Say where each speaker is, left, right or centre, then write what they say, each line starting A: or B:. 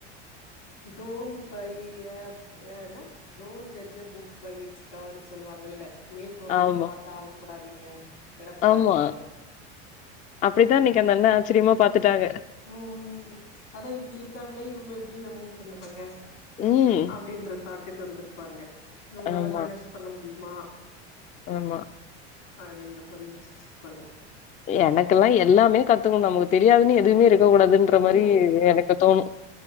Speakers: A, on the left (about 85°); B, on the left (about 25°).
A: டோன் பைய அ என டோன்ட் ஜட்ஜ புக் பை இட்ஸ் கவர்னு சொல்லுவாங்கல்ல மேல் தோற்றத்த
B: ஆமா,
A: பாத்தா ஆள் போடாதீங்க எட போடாதீங்க
B: ஆமா அப்டித்தா அன்னைக்கு அந்த அண்ண ஆச்சரியமா பாத்துட்டாக
A: ம் ம் அதா இப்டி இருக்காங்களே இவங்க எப்டி இத மூவ் பண்ணுவாங்க
B: ம்.
A: அப்டின்ற தாட்டுக்கு வந்திருப்பாங்க இவங்களால
B: ஆமா,
A: மேனேஜ் பண்ண முடியுமா
B: ஆமா
A: அப்டின்ற மாரி யோசிச்சுருப்பாங்க
B: எனக்கெல்லா எல்லாமே கத்துக்கணு நமக்கு தெரியாதுன்னு எதுவுமே இருக்க கூடாதுன்ற
A: ம்
B: மாரி எனக்கு தோணு